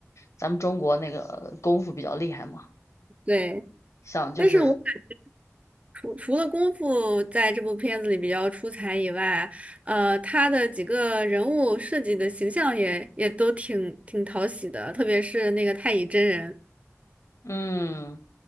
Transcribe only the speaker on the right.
对。
但是我感除除了功夫在这部片子里比较出彩以外，呃，他的几个人物设计的形象也也都挺挺讨喜的，特别是那个太乙真人。